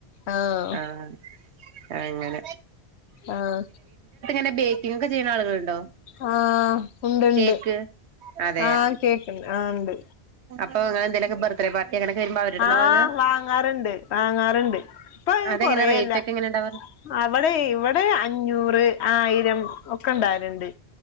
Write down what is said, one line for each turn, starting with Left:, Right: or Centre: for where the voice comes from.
Left: ആഹ്
Right: ആഹ ആ ഇങ്ങനെ
Left: ആഹ
Right: പിന്ന ബേക്കിങ് ഒക്ക ചെയ്യണ ആളുകളുണ്ടോ
Left: ആഹ ഉണ്ട്ണ്ട്
Right: കേക്ക് അതെ
Left: ആഹ് കേക്കണ്ട് ആഹ ഉണ്ട്
Right: ആ അങ്ങനെന്തെലൊക്കെ ബർത്തഡേ പാർട്ടി അങ്ങനൊക്കെ വരുമ്പോ അവരെടുന്നാ
Left: ആഹ
Right: വാങ്ങ
Left: വാങ്ങാറുണ്ട് വാങ്ങാറുണ്ട് പ്പൊ
Right: അതെങ്ങനെ
Left: കൊറയില്ല
Right: റേറ്റ് ഒക്കെ എങ്ങനെ ഉണ്ടാവാറ്
Left: അവടെ ഇവിടെ അഞ്ഞൂറ് ആയിരം ഒക്കെ ഇണ്ടാവല്ണ്ട്